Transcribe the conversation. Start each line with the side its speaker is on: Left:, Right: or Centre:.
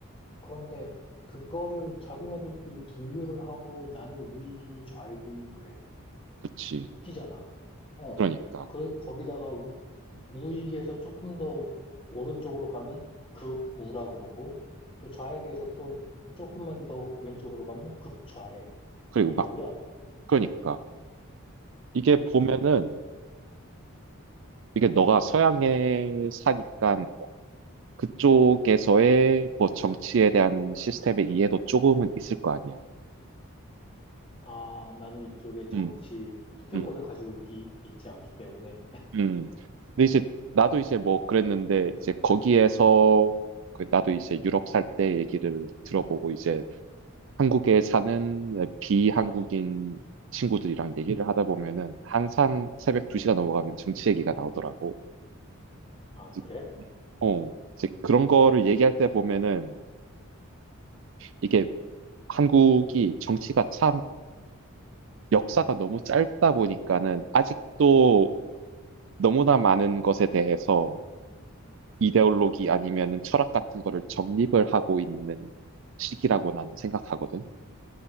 Left: 그런데 그거를 자기네들끼리 분류를 하고 나는 우익이니 좌익이니 그래.
Right: 그치.
Left: 웃기잖아. 어.
Right: 그러니까.
Left: 그, 거기다가 우,
Right: 음,
Left: 우익에서 조금 더 오른쪽으로 가면 극우라 그러고, 또 좌익에서 또 조금만 더 왼쪽으로 가면 극좌래.
Right: 그리고
Left: 그게
Right: 막,
Left: 뭐야?
Right: 그러니까. 이게
Left: 응.
Right: 보면은 이게 너가 서양에 사니까 그쪽에서의 뭐 정치에 대한 시스템의 이해도 조금은 있을 거 아니야.
Left: 아, 나는 이쪽에 정치
Right: 음,
Left: 투표권을
Right: 음,
Left: 가지고 있기, 있지 않기 때문에.
Right: 음. 근데 이제 나도 이제 뭐 그랬는데 이제 거기에서 그 나도 이제 유럽 살 때 얘기를 들어보고 이제 한국에 사는 비한국인 친구들이랑 얘기를 하다 보면은 항상 새벽 2시가 넘어가면 정치 얘기가 나오더라고.
Left: 아,
Right: 이제
Left: 그래?
Right: 어, 이제 그런 거를 얘기할 때 보면은 이게 한국이 정치가 참 역사가 너무 짧다 보니까는 아직도 너무나 많은 것에 대해서 이데올로기 아니면은 철학 같은 거를 정립을 하고 있는 시기라고 나는 생각하거든.